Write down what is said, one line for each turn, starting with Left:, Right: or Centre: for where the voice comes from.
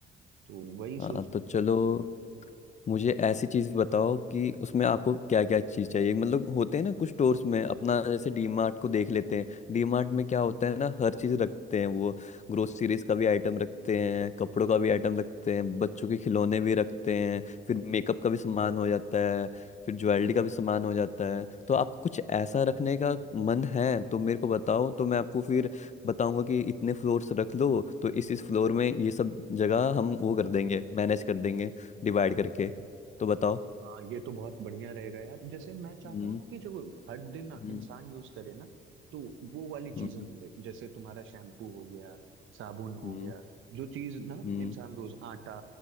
Right: तो वही सोच
Left: हाँ तो चलो मुझे ऐसी चीज बताओ कि उसमें आपको क्या क्या चीज चाहिए मतलब होते हैं ना कुछ स्टोर्स में अपना जैसे डीमार्ट को देख लेते हैं डीमार्ट में क्या होता है ना हर चीज रखते हैं वो ग्रोसरीज का भी आइटम रखते हैं कपड़ों का भी आइटम रखते हैं बच्चों के खिलौने भी रखते हैं फिर मेकअप का भी सामान हो जाता है फिर ज्वेलरी का भी सामान हो जाता है तो आपको कुछ ऐसा रखने का मन है तो मेरे को बताओ तो मैं आपको फिर बताऊंगा कि इतने फ्लोर्स रख लो तो इस इस फ्लोर में ये सब जगह हम वो कर देंगे मैनेज कर देंगे डिवाइड करके तो बताओ
Right: हाँ ये तो बहुत बढ़िया रहेगा यार जैसे मैं चाहता
Left: हम्म
Right: हूँ ना कि जो हर दिन
Left: हम्म
Right: इंसान यूज करे ना तो वो वाली चीजें
Left: हम्म
Right: मिले जैसे तुम्हारा शैम्पू हो गया साबुन हो
Left: हम्म
Right: गया जो चीज ना
Left: हम्म,
Right: इंसान रोज आटा